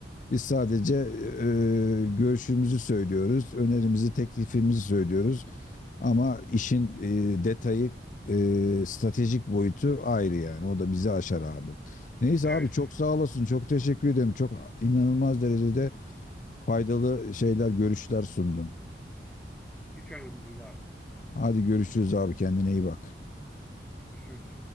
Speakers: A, on the left; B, in the centre.
A: Biz sadece eee, görüşümüzü söylüyoruz, önerimizi, teklifimizi söylüyoruz. Ama işin eee, detayı, eee, stratejik boyutu ayrı yani. O da bizi aşar abi. Neyse
B: Evet.
A: abi çok sağ olasın. Çok teşekkür ederim. Çok inanılmaz derecede faydalı şeyler, görüşler sundun.
B: Hiç önemli değil abi.
A: Hadi görüşürüz abi. Kendine iyi bak.
B: Görüşürüz.